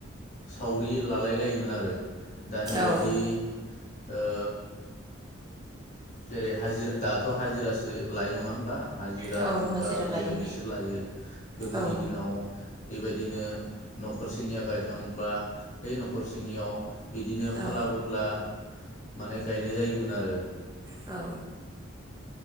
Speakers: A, on the left (about 35°); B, on the right (about 20°).
A: सावरि लालाय लायोमोन आरो दानि
B: औ
A: बायदि ओ जेरै हाजिरा दाथ' हाजिरासो लायो नङा होमबा हाजिरा
B: औ
A: थिखा
B: हाजिरा
A: बेबायदिसो
B: लायो
A: लायो गोदोनि
B: औ
A: दिनाव बेबायदिनो न'खरसेनिया गायखांबा बे न'खरसेनियाव बिदिनो फाला
B: औ
A: बुदला माने गायनाय जायोमोन आरो
B: औ